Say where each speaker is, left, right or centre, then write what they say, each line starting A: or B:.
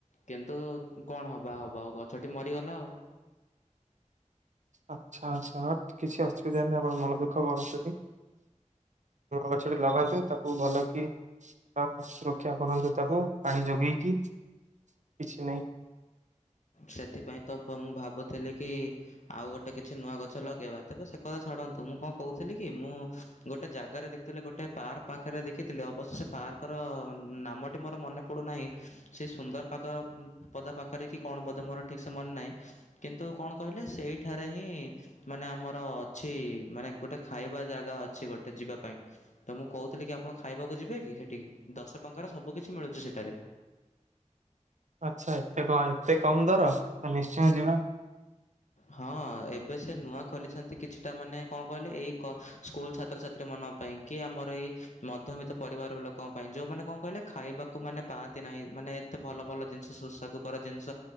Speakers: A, on the left (about 65°); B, on the right (about 70°).
A: କିନ୍ତୁ କଣ ହବା ହବ ଆଉ ଗଛଟି ମରିଗଲା ଆଉ।
B: ଆଚ୍ଛା ଆଚ୍ଛା ହଟ୍ କିଛି ଅସୁବିଧା ନାହିଁ ଆପଣ ମନ ଦୁଃଖ କରନ୍ତୁନି ଗଛଟି ଲଗାନ୍ତୁ ତା ଖୁବ୍ ଭଲ କି ଆ ସୁରକ୍ଷା କରନ୍ତୁ ତାକୁ ପାଣି ଯୋଗେଇକି। କିଛି ନାହିଁ।
A: ସେଥିପାଇଁ ତ ପ ମୁଁ ଭାବୁଥିଲି କି ଇ ଆଉ ଗୋଟେ କିଛି ନୂଆ ଗଛ ଲଗେଇବା। ତେବେ ସେ କଥା ଛାଡ଼ନ୍ତୁ ମୁଁ କଣ କହୁଥିଲି କି ମୁଁ ଗୋଟେ ଜାଗାରେ ଦେଖିଥିଲି ଗୋଟେ ପାର୍କ ପାଖରେ ଦେଖିଥିଲି ଅବଶ୍ୟ ପାର୍କ ର ଅ ନାମଟି ମୋର ମନେ ପଡୁନାହିଁ ସେ ସୁନ୍ଦର ପାଗ ମ୍ ପଦା ପାଖରେ କି କଣ ବୋଧେ ମୋର ଠିକ୍ ସେ ମନେ ନାହିଁ। କିନ୍ତୁ କଣ କହିଲେ ସେଇଠାରେ ହିଁ ମାନେ ଆମର ଅଛି ଇ ମାନେ ଗୋଟେ ଖାଇବା ଜାଗା ଅଛି ଗୋଟେ ଯିବା ପାଇଁ ତ ମୁଁ କହୁଥିଲି କି ଆପଣ ଖାଇବାକୁ ଯିବେ କି? ସେଠିକି ଦଶ ଟଙ୍କାର ସବୁ କିଛି ମିଳୁଛି ସେଠାରେ।
B: ଆଚ୍ଛା ଏତେ କ ଏତେ କମ୍ ଦର ନିଶ୍ଚୟ ଯିବା।
A: ହଁ ଏବେ ସେ ନୂଆ ଖୋଲିଛନ୍ତି କିଛିଟା ମାନେ କଣ କହିଲେ ଏଇ କ ସ୍କୁଲ ଛାତ୍ରଛାତ୍ରୀ ମାନଙ୍କ ପାଇଁ କି ଆମର ଏ ମଧ୍ୟବିତ୍ତ ପରିବାର ଲୋକଙ୍କ ପାଇଁ ଯଉଁମାନେ କଣ କହିଲେ ଖାଇବାକୁ ମାନେ ପାଆନ୍ତି ନାହିଁ ମାନେ ଏତେ ଭଲ ଭଲ ଜିନିଷ ସୁସ୍ୱାଦୁକର ଜିନିଷ